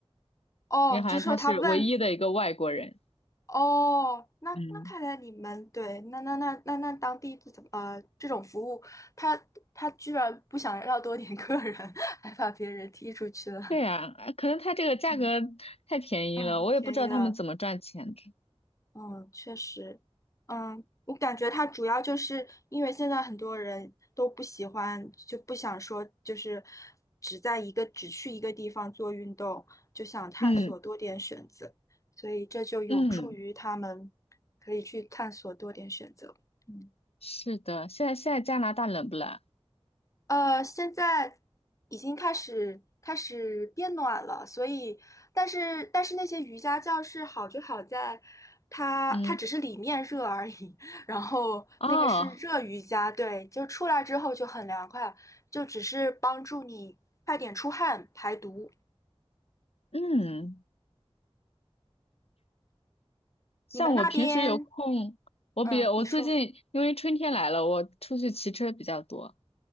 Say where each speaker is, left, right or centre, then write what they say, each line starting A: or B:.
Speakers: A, on the left (about 30°); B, on the left (about 70°).
A: 哦，
B: 因为好像他是唯一的一个外国人。
A: 就说他问，哦，那那看来你们对，
B: 嗯，
A: 那那那那那当地怎么，呃，这种服务，他他居然不想要多点 <laughs> 客人，还把别人踢出去了。
B: 对呀，啊可能他这个价格太便宜了，
A: 嗯嗯，
B: 我也不知道他们怎么赚钱的。
A: 便宜了，嗯，确实，嗯，我感觉它主要就是因为现在很多人都不喜欢，就不想说就是只在一个只去一个地方做运动，就想探索多点选择，
B: 嗯
A: 所以这就有助于他们可以去探索多点选择。
B: 嗯。
A: 嗯
B: 是的，现在现在加拿大冷不冷啊？
A: 呃，现在已经开始开始变暖了，所以，但是但是那些瑜伽教室好就好在，它它只是里面热而已，
B: 嗯，
A: <laughs> 然后那个是热瑜伽，
B: 哦，
A: 对，就出来之后就很凉快，就只是帮助你快点出汗排毒。
B: 嗯，像我平时有空，
A: 你们那边，
B: 我比我最近因为春天来了，
A: 嗯，你说，
B: 我出去骑车比较多。